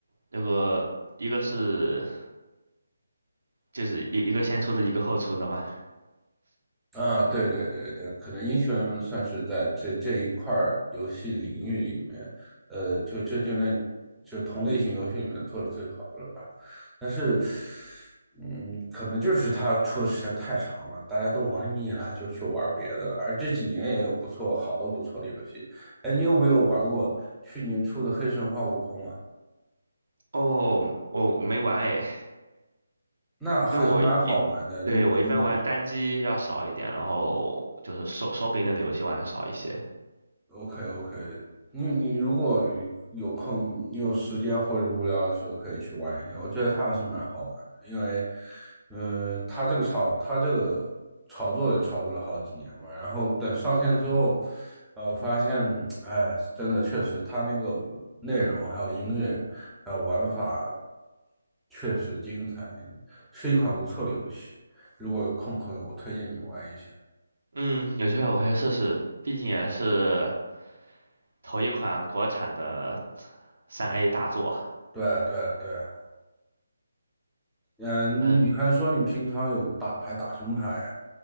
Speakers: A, on the right; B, in the centre.
A: 那个一个是就是一一个先出的，一个后出的嘛。
B: 啊，对对对对，可能英雄联盟算是在这这一块儿游戏领域里面，呃，就这就那就同类型游戏里面做的最好的了吧。但是，嗯，可能就是它出的时间太长了，大家都玩腻了，就去玩别的了。而这几年也有不错，好多不错的游戏。哎，你有没有玩过去年出的《黑神话：悟空》啊？
A: 哦，我没玩诶，
B: 那还是蛮好玩的。
A: 因为我一，对，
B: 如果你有
A: 我一般玩单机要少一点，然后就是手手柄类的游戏玩的少一些。
B: OK OK，你你如果有空，你有时间或者无聊的时候可以去玩一下，我觉得它还是蛮好玩的，因为，嗯、它这个炒它这个炒作也炒作了好几年嘛，然后等上线之后，呃，我发现，哎，真的确实它那个内容还有音乐还有玩法确实精彩，是一款不错的游戏，如果有空可以，我推荐你玩一下。
A: 嗯，有机会我会试试，毕竟也是头一款国产的三
B: 嗯，
A: A 大作啊。
B: 对啊对啊对啊。嗯，
A: 嗯。
B: 你还说你平常有打牌，打什么牌呀？